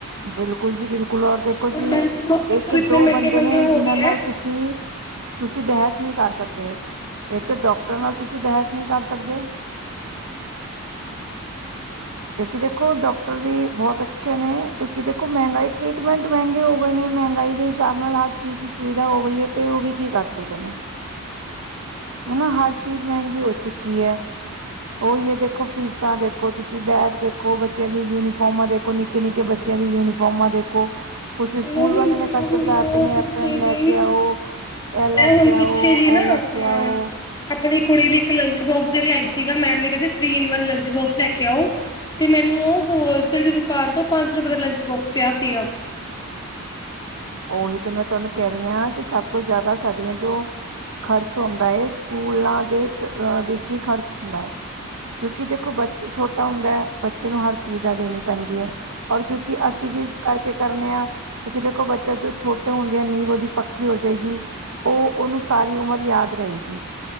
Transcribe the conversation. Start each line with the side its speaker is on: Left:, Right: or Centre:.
Right: ਬਿਲਕੁਲ ਜੀ ਬਿਲਕੁਲ ਔਰ ਦੇਖੋ
Left: ਹੁਣ
Right: ਜੀ
Left: ਲੰਚ ਬੋਕਸ
Right: ਇੱਕ
Left: ਇਤਨੇ
Right: ਦੋ
Left: ਮੈਂਗੇ
Right: ਬੰਦੇ
Left: ਮੈਂਗੇ
Right: ਨੇ
Left: ਹੋਗੇ
Right: ਜਿਨਾਂ ਨਾਲ
Left: ਐ।
Right: ਤੁਸੀਂ ਤੁਸੀਂ ਬੈਹਸ ਨਈ ਕਰ ਸਕਦੇ, ਏਕ ਡਾਕਟਰ ਨਾਲ ਤੁਸੀਂ ਬੈਹਸ ਨਈ ਕਰ ਸਕਦੇ। ਕਿਉਂਕਿ ਦੇਖੋ ਡਾਕਟਰ ਵੀ ਬੋਹਤ ਅ ਅੱਛੇ ਨੇ ਕਿਉਂਕਿ ਦੇਖੋ ਮਹਿੰਗਾਈ ਟਰੀਟਮੈਂਟ ਮਹਿੰਗੇ ਹੋ ਗਏ ਨੇ ਮਹਿੰਗਾਈ ਦੇ ਹਿਸਾਬ ਨਾਲ ਹਰ ਚੀਜ਼ ਦੀ ਸੁਵਿਧਾ ਹੋ ਗਈ ਐ ਤੇ ਉਹ ਵੀ ਕੀ ਕਰ ਸਕਦੇ ਨੇ ਹਨਾ ਹਰ ਚੀਜ਼ ਮਹਿੰਗੀ ਹੋ ਚੁੱਕੀ ਐ। ਓਈ ਏਹ ਦੇਖੋ ਫੀਸਾਂ ਦੇਖੋ ਤੁਸੀਂ ਬੈਗ ਦੇਖੋ ਬੱਚਿਆਂ ਦੀ ਯੂਨੀਫਾਰਮਾਂ ਦੇਖੋ ਨਿੱ ਨਿੱਕੇ-ਨਿੱਕੇ ਬੱਚਿਆਂ ਦੀ ਯੂਨੀਫਾਰਮਾਂ ਦੇਖੋ। ਕੁਛ ਸਕੂਲ
Left: ਮੈਨੂੰ ਵੀ
Right: ਵਾਲੇ
Left: ਮੈਂ
Right: ਨੇ ਖਰਚੇ
Left: ਹੁਣ
Right: ਵਧਾਤੇ ਨੇ
Left: ਪਿੱਛੇ
Right: ਏਪਰਨ
Left: ਜਿਹੀ
Right: ਲੈ ਕੇ ਆਓ। ਐ ਲੈ
Left: ਮੈਂ ਹੁਣ
Right: ਕੇ
Left: ਪਿੱਛੇ
Right: ਆਓ,
Left: ਜੀ
Right: ਐ
Left: ਨਾ
Right: ਲੈ
Left: ਅ
Right: ਕੇ ਆਓ।
Left: ਆਪਣੀ ਕੁੜੀ ਲਈ ਇੱਕ ਲੰਚ ਬੋਕਸ ਦੇ ਲਿਆਈ ਸੀਗਾ ਮੈਮ ਨੇ ਕਹਦੇ three in one lunch box ਲੈ ਕੇ ਆਓ। ਤੇ ਮੈਨੂੰ ਓ ਹੋਲਸੇਲ ਦੀ ਦੁਕਾਨ ਤੋਂ ਪੰਜ ਸੌ ਦਾ ਲੰਚ ਬੋਕਸ ਪਿਆ ਸੀਗਾ। <inaudible>
Right: ਓਹੀ ਤੇ ਮੈਂ ਤੁਹਾਨੂੰ ਕੈ ਰਈ ਆ ਕਿ ਸਭ ਤੋਂ ਜਾਦਾ ਸਾਡੀ ਜੋ ਖ਼ਰਚ ਹੁੰਦਾ ਏ ਸਕੂਲਾਂ ਦੇ ਅ ਵਿੱਚ ਈ ਖਰਚ ਹੁੰਦਾ ਏ। ਕਿਉਂਕਿ ਦੇਖੋ ਬੱਚੇ ਛੋਟਾ ਹੁੰਦਾ ਐ ਬੱਚੇ ਨੂੰ ਹਰ ਸੁਵਿਧਾ ਦੇਣੀ ਪੈਂਦੀ ਐ। ਔਰ ਕਿਉਂਕਿ ਅਸੀਂ ਵੀ ਇਸ ਕਰਕੇ ਕਰਨੇ ਕਿਉਂਕਿ ਦੇਖੋ ਬ ਚਾ ਜਦੋਂ ਛੋਟੇ ਹੁੰਦੇ ਆ ਨੀਂਬ ਉਹਦੀ ਪੱਕੀ ਹੋ ਜਾਏਗੀ ਓ ਓਨੂੰ ਸਾਰੀ ਉਮਰ ਯਾਦ ਰਹੇਗੀ।